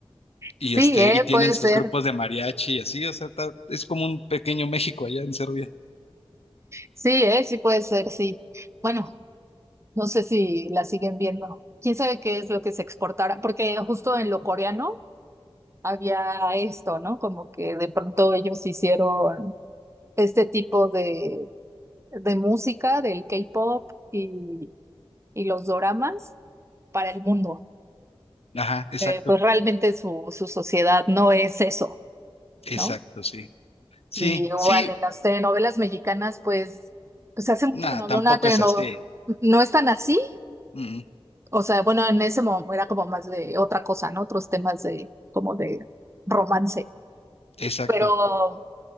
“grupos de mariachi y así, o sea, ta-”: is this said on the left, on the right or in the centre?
Left